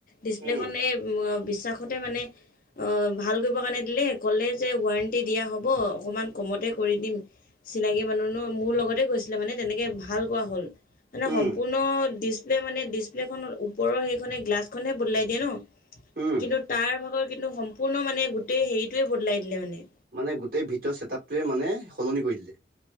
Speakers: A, on the left (about 50°); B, on the right (about 55°).
A: ডিছপ্লেখনে
B: উম,
A: মানে ভাল কৰিব কাৰণে দিলে কলে যে ওৱাণ্টি দিয়া হ'ব অকণমান কমতে <unintelligible> কৰি দিম চিনাকি মানুহ ন মোৰ লগতে গৈছিলে মানে তেনেকে ভাল কোৱা হ'ল <unintelligible> মানে
B: উম,
A: সম্পূৰ্ণ ডিচপ্লে মানে ডিচপ্লেখনৰ ওপৰৰ সেইখনে গ্লাছখনহে বদলাই দিয়ে ন <unintelligible>
B: উম,
A: কিন্তু তাৰ ভাগৰ কিন্তু সম্পূৰ্ণ মানে গোটেই হেৰিটোয়ে বদলাই দিলে মানে <unintelligible>
B: মানে গোটেই ভিতৰ চছেটআপটোৱে মানে সলনি কৰি দিলে <unintelligible>